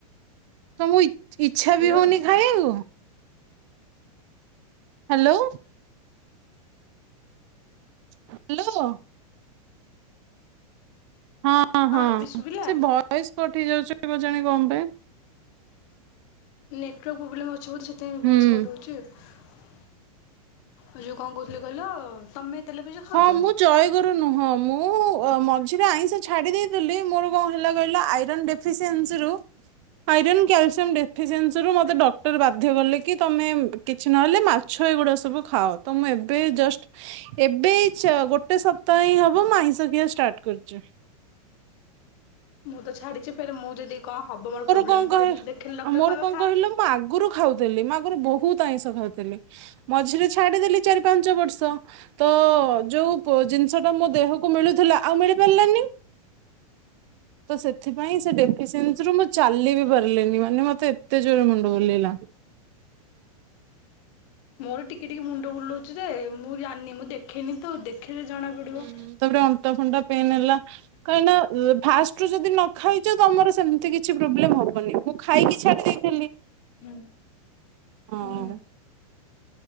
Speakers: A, on the right (about 50°); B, on the left (about 50°).
A: ତମ ଇଛା ଇଚ୍ଛା
B: ହ୍ୟାଲୋ
A: ବି ହଉନି ଖାଇବାକୁ? ହ୍ୟାଲୋ। ହ୍ୟାଲୋ। ହଁ ହଁ
B: ଏବେ ଶୁଭିଲା
A: ସେ ଭଏସ କଟ ଯାଉଛି କେଜାଣି କଣ ପାଇଁ।
B: ନେଟୱାର୍କ ପ୍ରୋବ୍ଲେମ୍ ଅଛି ବୋଲି ସେଥିପାଇଁ ଭଏସ୍
A: ହୁଁ।
B: କଟହଉଚି ଆଉ। ଉ ଯଉ କଣ କହୁଥିଲି କହିଲ ତମେ ତେଲ ପିଆଜ ଖାଉଛ
A: ହଁ ମୁଁ ଜୟେ ମୋର ନୁହଁ ମୁଁ ଅ ମଝିରେ ଆଇଁଷ ଛାଡି ଦେଇଥିଲି ମୋର କଣ ହେଲା କହିଲା ଆଇରନ ଡେ ଫିସିଏନସି ରୁ ଆଇରନ୍ କ୍ୟାଲସିୟମ ଡେଫିସିଏନ୍ସି ରୁ ମତେ ଡକ୍ଟର ବାଧ୍ୟ କଲେ କି ତମେ କିଛି ନହେଲେ ମାଛ ଏଗୁଡା ସବୁ ଖାଅ ତ ମୁଁ ଏବେ ଜଷ୍ଟ ଏ ଏବେ ଚ ଗୋଟେ ସପ୍ତାହ ହିଁ ହବ ମୁଁ ଆଇଁଷ ଖିଆ ଷ୍ଟାର୍ଟ କରିଚି।
B: ମୁଁ ତ ଛାଡ଼ିଚି ଫେରେ ମୁଁ ଯଦି କଣ ହେବ ମୋର ପ୍ରୋବ୍ଲେମ୍
A: କଣ କହ
B: ଫ ଦେଖିଲି ଡକ୍ଟର
A: ଆଉ ମୋର
B: କହିବ
A: କଣ
B: ଖା
A: କହିଲ ମୁଁ ଆଗରୁ ଖାଉଥିଲି ମୁଁ ଆଗରୁ ବହୁତ ଆଇଁଷ ଖାଉଥିଲି ମଝିରେ ଛାଡ଼ିଦେଲି ଚାରି ପାଞ୍ଚ ବର୍ଷ ତ ଯୋଉ ପ ଜିନିଷ ଟା ମୋ ଦେହକୁ ମିଳୁଥିଲା ଆଉ ମିଳି ପାରିଲାନି ତ ସେଥିପାଇଁ ସେ ଡେଫିସିଏନ୍ସ ସେଥିରୁ ମୁଁ ଚାଲି ବି ପାରିଲିନି ମାନେ ମତେ ଏତେ ଜୋରରେ ମୁଣ୍ଡ ବୁଲେଇିଲା।
B: ମୋର ଟିକେ ଟିକେ ମୁଣ୍ଡ ବୁଲାଉଛି ଯେ ମୁଁ ଜାଣିନି ମୁଁ ଦେଖେଇନି ତ ଦେଖେଇଲେ ଜଣାପଡ଼ିବ।
A: ଉଁ ତାପରେ ଅଣ୍ଟା ଫାଣ୍ଟା ପେନ ହେଲା କାହିଁକି ନା ଫାଷ୍ଟ ରୁ ଯଦି ନ ଖାଇଛ ତମର ସେମିତି କିଛି ପ୍ରୋବ୍ଲେମ ହବନି ମୁଁ ଖାଇକି ଛାଡ଼ି ଦେଇଥିଲି।
B: ହୁଁ।
A: ହଁ
B: ହୁଁ।